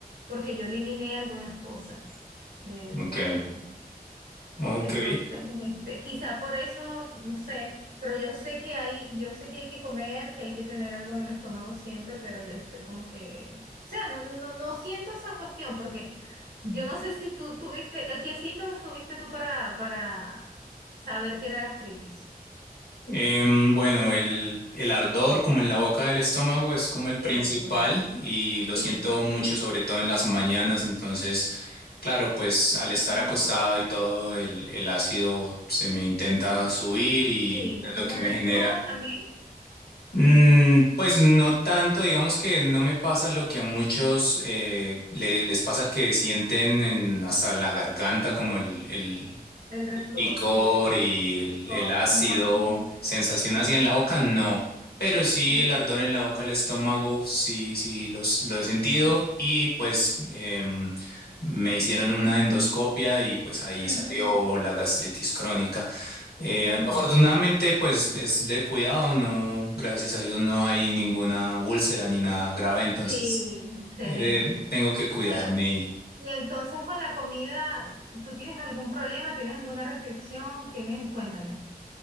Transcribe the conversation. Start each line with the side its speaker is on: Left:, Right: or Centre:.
Right: porque yo eliminé algunas cosas de, de
Left: ok,
Right: la comida.
Left: ok.
Right: Entonces, este, quizá por eso, no sé, pero yo sé que hay, yo sé que hay que comer, que hay que tener algo en el estómago siempre, pero yo estoy como que, o sea, no, no, no siento esa cuestión porque yo no sé si tú tuviste, eh, ¿qué síntomas tuviste tú para, para saber que era gastritis?
Left: Em, bueno, el, el ardor como en la boca del estómago es como el principal
Right: Cierto,
Left: y
Right: sí.
Left: lo siento mucho, sobre todo en las mañanas. Entonces, claro, pues al
Right: Ah,
Left: estar acostado y todo, el, el ácido se me intenta subir y
Right: Sí,
Left: es
Right: ¿tienes
Left: lo que me
Right: reflujo
Left: genera.
Right: también?
Left: Mm, pues no tanto, digamos que no me pasa lo que a muchos eh, le- les pasa que sienten en- hasta la garganta como el, el-
Right: El reflujo,
Left: picor
Right: sí, el,
Left: y el,
Right: el coa.
Left: el ácido,
Right: No, así yo.
Left: sensación así en la boca, no. Pero sí
Right: Ujú,
Left: el ardor en la boca, el estómago, sí, sí los, lo he sentido y pues em, me hicieron una endoscopia y pues ahí
Right: ujú,
Left: salió la gastritis crónica. Eh,
Right: Yo también.
Left: afortunadamente pues es de cuidado, no, gracias a Dios no hay ninguna úlcera ni nada grave, entonces
Right: Sí, excelente.
Left: eh, tengo que cuidarme
Right: Bueno, y entonces con la comida, ¿tú tienes algún problema? ¿Tienes alguna restricción? ¿Tienes, cuéntame,